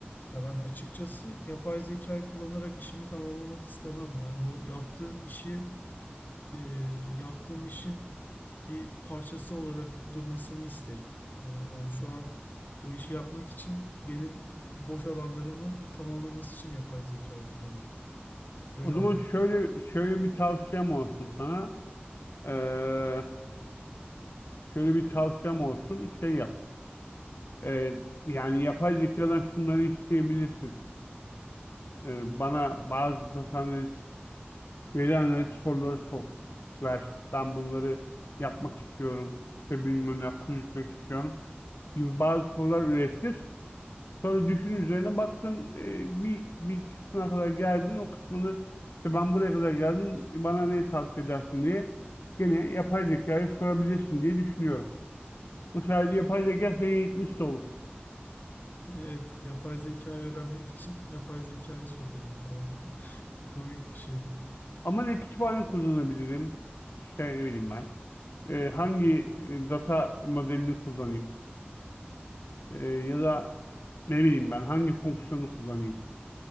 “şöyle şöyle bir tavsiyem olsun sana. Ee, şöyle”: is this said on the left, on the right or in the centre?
Left